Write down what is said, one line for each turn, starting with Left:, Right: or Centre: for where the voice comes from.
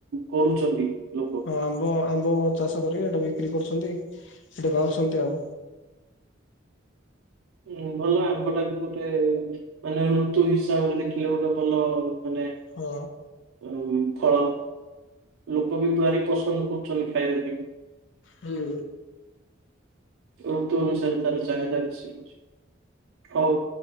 Right: କରୁଛନ୍ତି? ଲୋକ।
Left: ହଁ ଆମ୍ବ ଆମ୍ବ ବ ଚାଷ କରିକି ହେଟା ବିକ୍ରି କରୁଛନ୍ତି ସେଟା ବାହାରୁଛନ୍ତି ଆଉ।
Right: ହୁଁ ଭଲ ଆମ୍ବଟା କିନ୍ତୁ ଗୋଟେ ମାନେ ଋତୁ ହିସାବରେ ଦେଖିଲେ ଗୋଟେ ଭଲ ମାନେ
Left: ହଁ।
Right: ଉଁ, ଫଳ ଲୋକୋ ବି ପ୍ରାଏ ପସନ୍ଦ କରୁଛନ୍ତି ଖାଇବା ପେଇଁ କି।
Left: ହୁଁ।
Right: ଋତୁ ଅନୁସାରେ ତାର ଚାହିଦା ବେଶି ହୋଉଛି। ହୋଉ